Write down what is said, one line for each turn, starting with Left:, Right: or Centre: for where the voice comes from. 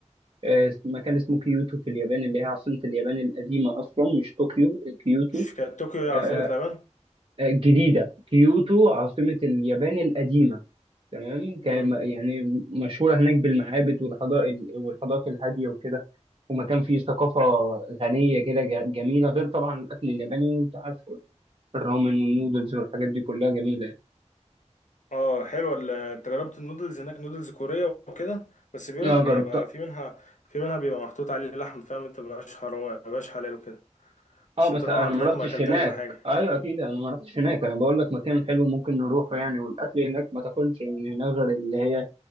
Right: آه، مكان اسمه كيوتو في اليابان اللي هي عاصمة اليابان القديمة أصلا مش طوكيو كيوتو
Left: مش كانت طوكيو هي عاصمة
Right: آه،
Left: اليابان
Right: آه، الجديدة كيوتو عاصمة اليابان القديمة تمام كان-
Left: امم
Right: يعني مشهورة هناك بالمعابد والحضارة والحضارات الهادية وكده ومكان فيه ثقافة غنية كده ج- جميلة غير طبعا الأكل الياباني وأنت عارف الرامن والنودلز والحاجات دي كلها جميلة يعني.
Left: اه حلوة ال- انت جربت النودلز هناك نودلز كورية وكده بس بيقولك
Right: اه
Left: بيبقى
Right: جربتها
Left: في منها في منها بيبقى محطوط عليه لحم فاهم انت مبقاش حرام مبقاش حلال وكده
Right: اه
Left: بس
Right: بس
Left: انت طبعا
Right: انا
Left: تلاقيك
Right: ما رحتش
Left: ما اكلتهاش
Right: هناك
Left: بحاجه
Right: ايوه اكيد انا ما رحتش هناك انا بقول لك مكان حلو ممكن نروحه يعني والاكل هناك ما تاكلش من هناك غير اللي هي